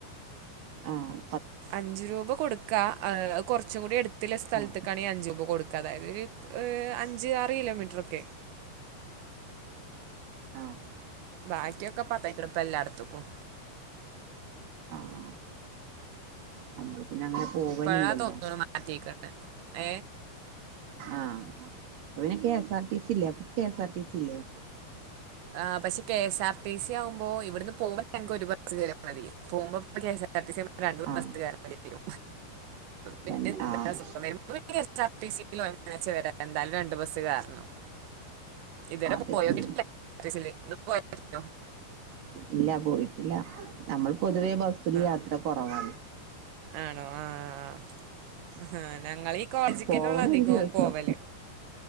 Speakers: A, on the right (about 55°); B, on the right (about 85°).
A: ആഹ്
B: അഞ്ചു രൂപ കൊടുക്കാ അഅ് കൊറച്ചും കൂടി എടുത്തില്ല സ്ഥലത്ക്കാണീ
A: ആ
B: അഞ്ചുരൂപ കൊടുക്കാ അതായതൊര് അഞ്ച് ആറ് കിലോമീറ്ററൊക്കെ
A: ആഹ്
B: ബാക്കിയൊക്കെ പത്തായിക് ണ്പ്പ എല്ലാട്ത്തുക്കും
A: ആഹ് നമ്മള് പിന്നെ അങ്ങനെ പോവലില്ലല്ലോ
B: ഇപ്പഴാ തോന്നണു മാറ്റിക്കണ് നേ
A: ആഹ് അവ്നി കെസാർടിസി ല്ലെ പ്പം കേസാർടിസില്ലെ
B: ആഹ് പഷെ കേസ്ആർ ടീസിയാവുമ്പൊ ഇവിട്ന്ന് പോവ്മ്പൊ <unintelligible> ഒരുബസ്കേറിയാമതി. പോവുമ്പം <unintelligible> രണ്ടൂന്ന്
A: ആഹ്
B: ബസ്കേറെണ്ടിവരും പിന്നെതാസുഖം
A: തന്നെ ആഹ്
B: വരുമ്പൊ പിന്നെ കേസ്ആർടിസി <unintelligible> എന്തായാലും രണ്ട് ബസ്സ് കേറണം ഇതരെ
A: അതെ
B: പോയ്നോക്കിടില്ല
A: ഉം
B: സില് <unintelligible>
A: ഇല്ല പോയിട്ടില്ല നമ്മൾ പൊതുവേ ബസ്സില് യാത്രകൊറവാണ്
B: ആ ആണോ ആഹ് ഞങ്ങളീ കോളജിക്കന്നൊള്ളു
A: പോവണം
B: അധികോം
A: ഒരു ദിവസം
B: പോവല്